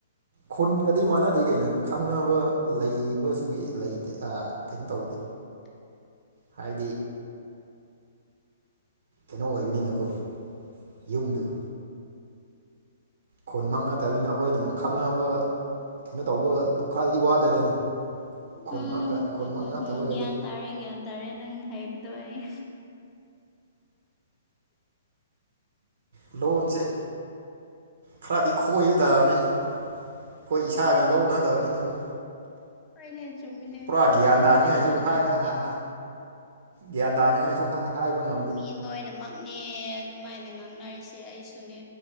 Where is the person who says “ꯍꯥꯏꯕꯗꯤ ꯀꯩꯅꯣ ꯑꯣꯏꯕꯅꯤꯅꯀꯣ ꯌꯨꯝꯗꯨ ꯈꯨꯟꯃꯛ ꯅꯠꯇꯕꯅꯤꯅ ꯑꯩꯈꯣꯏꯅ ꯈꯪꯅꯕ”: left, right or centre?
Right